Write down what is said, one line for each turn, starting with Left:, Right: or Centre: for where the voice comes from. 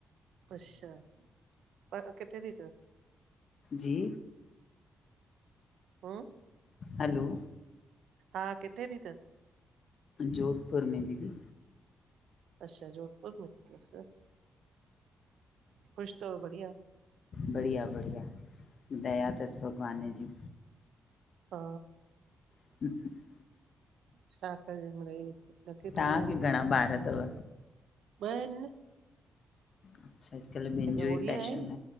Right: अश्शा, पर किथे थी तस?
Left: जी
Right: पो
Left: हलो।
Right: हा किथे थी तस?
Left: जोधपुर में दीदी।
Right: अश्शा जोधपुर में थी तस। ख़ुश तव बढ़िया?
Left: बढ़िया-बढ़िया दया तस भॻवान जी।
Right: हा
Left: <inaudible>
Right: छा कजे मिढ़़ई, ढके
Left: तव्हांखे
Right: तो इंञें,
Left: घणा ॿार अथव
Right: ॿ हिन।
Left: अच्छा अॼुकल्ह ॿियनि
Right: हिकु
Left: जो ई
Right: गुड़िया
Left: पैशन
Right: आहे,